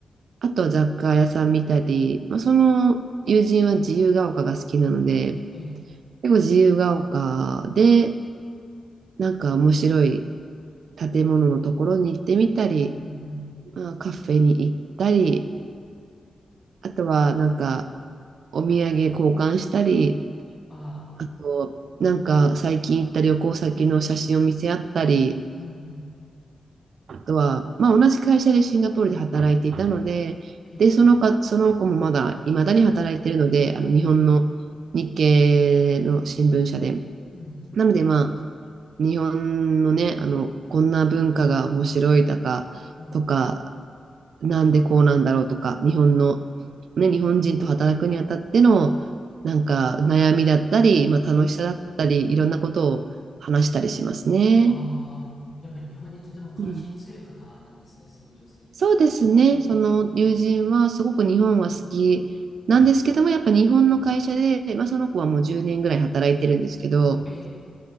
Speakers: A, on the right; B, on the left.
A: あとは雑貨屋さん見たり、まあ、その友人は自由が丘が好きなので、
B: ええ。
A: 結構自由が丘で、なんか面白い建物のところに行ってみたり、
B: うんうん。
A: まあ、カフェに行ったり、あとはなんかお土産交換したり、
B: ああ。
A: あと、なんか最近行った旅行先の写真を見せ合ったり、
B: うんうん。
A: あとは、まあ同じ会社でシンガポールで働いていたので、
B: ええ。
A: で、そのか、その子もまだ、未だに働いているので、あの日本の日系の新聞社で。
B: ええ。うんうんうん。
A: なのでまあ、日本のね、あの、こんな文化が面白いだか、
B: うん
A: とか、なんでこうなんだろうとか、日本の、
B: うん。
A: ね、日本人と働くにあたっての、なんか悩みだったり、まあ、楽しさだったり、いろんなことを話したりしますね。
B: ああ、やっぱり日本にとても関心強い方なんですね、
A: うん、
B: その女性の方も。
A: そうですね。
B: ええ、うん
A: その友人はすごく日本は好きなんですけども、
B: うん
A: やっぱ日本の会社で、まあ、その子はもう10年ぐらい働いてるんですけど、
B: ええ、